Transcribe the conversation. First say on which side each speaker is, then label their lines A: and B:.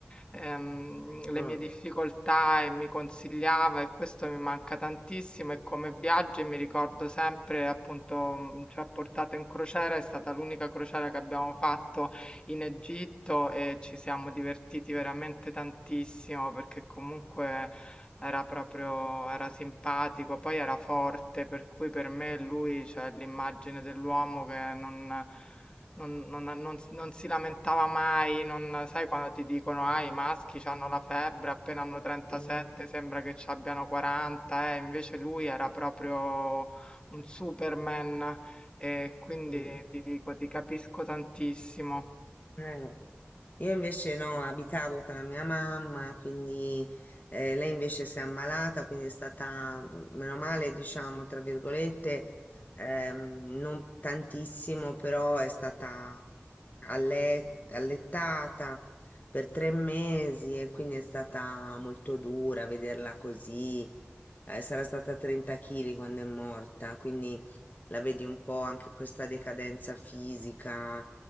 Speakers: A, on the left (about 25°); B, on the left (about 40°).
A: ehm, le
B: Oh,
A: mie difficoltà e mi consigliava e questo mi manca tantissimo e come viaggi mi ricordo sempre appunto mh, ci ha portato in crociera, è stata l'unica crociera che abbiamo fatto in Egitto e ci siamo divertiti veramente tantissimo perché comunque era proprio era simpatico, poi era forte, per cui per me lui, cioè, è l'immagine dell'uomo che non non non non s non si lamentava mai, non sai quando ti dicono: "Ah, i maschi c'hanno la febbre, appena hanno 37
B: mm,
A: sembra che c'abbiano 40", eh, invece lui era proprio un superman e quindi
B: mm.
A: ti dico, ti capisco tantissimo.
B: Eh. <laughs> Io invece no, abitavo con la mia mamma, quindi eh, lei invece si è ammalata, quindi è stata, mm, meno male, diciamo, tra virgolette, ehm, non tantissimo, però è stata alle- allettata per tre mesi e quindi è stata molto dura vederla così. Eh, sarà stata 30 kg quando è morta, quindi la vedi un po' anche questa decadenza fisica